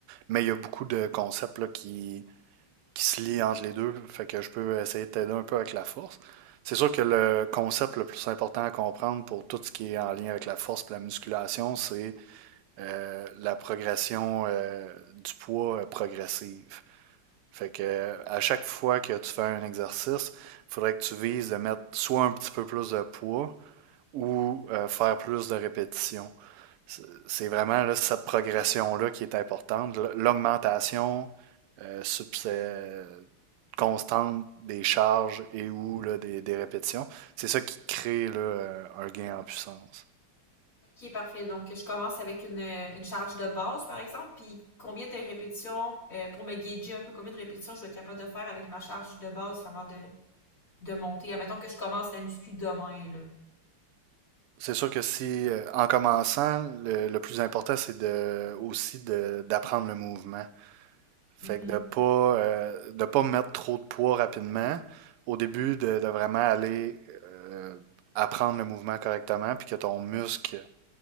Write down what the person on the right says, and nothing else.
Mais il y a beaucoup de concepts, là, qui, qui se lient entre les deux, fait que je peux essayer de t'aider un peu avec la force. C'est sûr que le concept le plus important à comprendre pour tout ce qui est en lien avec la force et la musculation, c'est euh, la progression euh, du poids euh, progressive. Fait que euh, à chaque fois que tu fais un exercice, il faudrait que tu vises de mettre soit un petit peu plus de poids ou euh, faire plus de répétitions. C'est c'est vraiment là, cette progression-là qui est importante. L- L'augmentation euh, subsé- constante des charges et ou là, des, des répétitions, c'est ça qui crée là, euh, un gain en puissance.
C'est sûr que si, euh, en commençant, le, le plus important, c'est de, aussi de- d'apprendre le mouvement. Fait
que de pas, euh, de pas mettre trop de poids rapidement. Au début, de, de vraiment aller euh, apprendre le mouvement correctement, puis que ton muscle